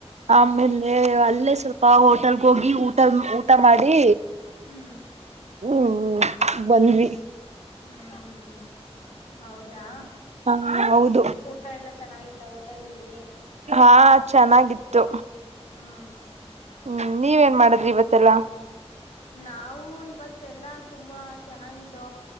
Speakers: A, on the right; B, on the left.
A: ಆಮೇಲೆ ಅ ಇಲ್ಲೇ ಸ್ವಲ್ಪ ಹೋಟೆಲ್ಗ ಹೋಗಿ ಊಟ ಊಟ ಮಾಡಿ
B: ಹ್ಮ್
A: ಹ್ಮ್ ಬಂದ್ವಿ
B: ಹ್ಮ್ ಹ್ಮ್ ಹೌದಾ
A: ಹಾ ಹೌದು
B: ಊಟ ಎಲ್ಲ ಚೆನ್ನಾಗಿತ್ತ ಹೋಟೆಲ್ ಅಲ್ಲಿ
A: ಹಾ ಚೆನ್ನಾಗಿತ್ತು
B: ಹ್ಮ್
A: ಹ್ಮ್ ನೀವೇಏನ್ ಮಾಡದ್ರಿ ಇವತ್ತೆಲ್ಲಾ
B: ನಾವು ಇವತ್ತ ಎಲ್ಲಾ ತುಂಬಾ ಚೆನ್ನಾಗಿದ್ದು